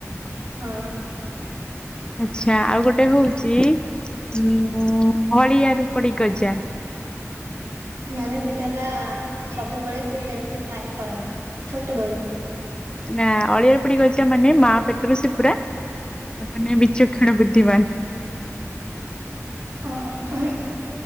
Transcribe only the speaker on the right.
ହଁ
ମାନେ ସେଟା ହେଲା ସବୁବେଳେ ସେ ସେମିତି ଥାଏ ଖରାପ୍ ଛୋଟ ବେଳୁ
<unintelligible> ହଁ।